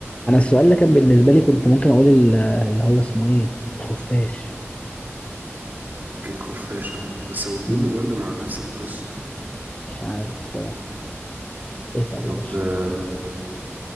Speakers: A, on the left; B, on the right.
A: انا السؤال ده كان بالنسبة لي كنت ممكن اقول ال- اللي هو اسمه ايه الخفاش
B: يمكن خفاشة بس والبومة
A: مم.
B: برضو مع نفس القصة
A: مش عارف الصراحة اسأل
B: طب
A: يا باشا
B: آم،